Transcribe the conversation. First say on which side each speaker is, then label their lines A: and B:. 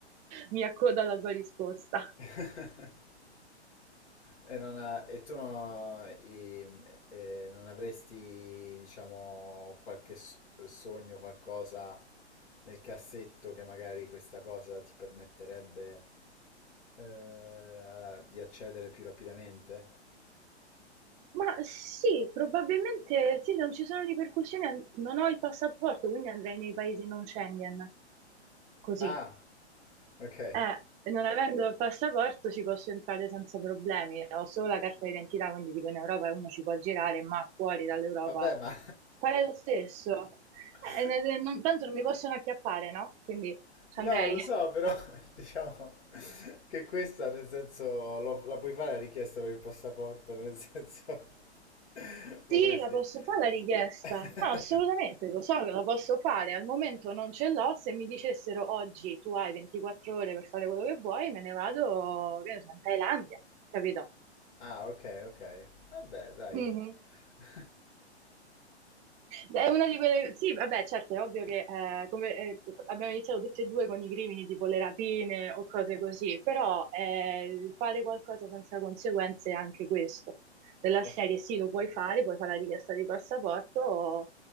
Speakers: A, on the right (about 20°); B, on the left (about 70°).
A: mi accodo alla tua risposta.
B: <laughs> E, non ha- e tu no- i- eh, non avresti, diciamo, qualche s- sogno, qualcosa nel cassetto che magari questa cosa ti permetterebbe eh, a- di accedere più rapidamente?
A: Ma sì, probabilmente sì, non ci sono ripercussioni, an- non ho il passaporto, quindi andrei nei paesi non Schengen, così.
B: Ah, ok.
A: Eh, non avendo il passaporto ci posso entrare senza problemi, ho solo la carta d'identità, quindi dico in Europa uno ci può girare, ma fuori dall'Europa
B: Vabbè, ma...
A: farei lo stesso.
B: <laughs>
A: Eh, ne- ne- non- tanto non mi possono acchiappare, no? Quindi ci
B: No,
A: andrei.
B: lo
A: <laughs>
B: so, però <laughs> diciamo che questa, nel senso, lo- la puoi fare la richiesta per il passaporto, nel senso, <laughs> potresti...
A: Sì, la posso fare la richiesta.
B: <laughs>
A: No, assolutamente, lo so che la posso fare. Al momento non ce l'ho. Se mi dicessero oggi tu hai 24 ore per fare quello che vuoi, me ne vado, che ne so, in Thailandia, capito?
B: Ah, ok, ok. Vabbè, dai.
A: Mhm.
B: <laughs>
A: È una di quelle... Sì, vabbè, certo, è ovvio che eh, come, eh, abbiamo iniziato tutti e due con i crimini tipo le rapine o cose così, però eh, fare qualcosa senza conseguenze è anche questo. Della
B: Ok.
A: serie sì, lo puoi fare, puoi fare la richiesta di passaporto, o-